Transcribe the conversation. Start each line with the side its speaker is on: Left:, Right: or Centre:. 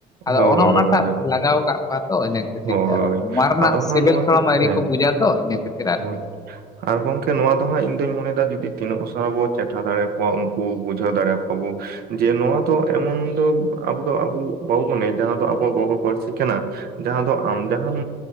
Left: ᱟᱫᱚ
Right: ᱦᱳᱭ
Left: ᱚᱱᱟ ᱚᱱᱟᱴᱟᱜ
Right: ᱦᱳᱭ
Left: ᱞᱟᱜᱟᱣ ᱟᱠᱟᱫ ᱠᱚᱣᱟ ᱛᱚ ᱤᱱᱟᱹ ᱠᱷᱟᱹᱛᱤᱨ
Right: ᱦᱳᱭ
Left: ᱛᱮ
Right: ᱦᱳᱭ
Left: ᱟᱫᱚ ᱱᱚᱣᱟ ᱨᱮᱱᱟᱜ
Right: ᱟᱫᱚ ᱦᱟᱸᱜ
Left: ᱥᱤᱵᱤᱞ
Right: ᱱᱚᱣᱟ
Left: ᱥᱚᱲᱚᱢ
Right: ᱜᱮ
Left: ᱟᱹᱣᱨᱤ
Right: ᱦᱮᱸ
Left: ᱠᱚ ᱵᱩᱡᱽ-ᱟ ᱛᱚ ᱤᱱᱟᱹ ᱠᱷᱟᱹᱛᱤᱨ ᱟᱨᱠᱤ
Right: ᱦᱳᱭ
Left: ᱾
Right: ᱟᱨ ᱜᱚᱝᱠᱮ ᱱᱚᱣᱟ ᱫᱚ ᱦᱟᱸᱜ ᱤᱧ ᱫᱩᱧ ᱢᱚᱱᱮ ᱮᱫᱟ ᱡᱚᱫᱤ ᱛᱤᱱᱟᱹᱜ ᱩᱥᱟᱹᱨᱟ ᱵᱚ ᱪᱮᱴᱷᱟ ᱫᱟᱲᱮᱣᱟᱠᱚ ᱟᱵᱚ ᱩᱱᱠᱩ ᱵᱩᱡᱷᱟᱹᱣ ᱫᱟᱲᱮᱣᱟᱠᱚ ᱟᱵᱚ ᱡᱮ, ᱱᱚᱣᱟ ᱫᱚ ᱮᱢᱚᱱ ᱫᱚ ᱟᱵᱚ ᱫᱚ ᱟᱵᱚ ᱵᱟᱵᱚ ᱢᱚᱱᱮ ᱡᱟᱦᱟᱸ ᱫᱚ ᱟᱵᱚᱣᱟᱜ ᱜᱚᱜᱚ ᱯᱟᱹᱨᱥᱤ ᱠᱟᱱᱟ᱾ ᱡᱟᱦᱟᱸ ᱫᱚ ᱟᱢ ᱡᱟᱦᱟᱸᱢ